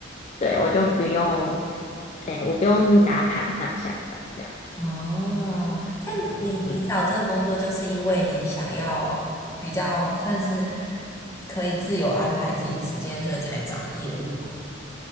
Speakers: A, on the left; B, on the left.
A: 对，我就不用，诶，我不用打卡上下班这样子。
B: 哦，但你你找这个工作就是因为你想要比较算是
A: 嗯。
B: 可以自由安排自己的时间，所以才找业务。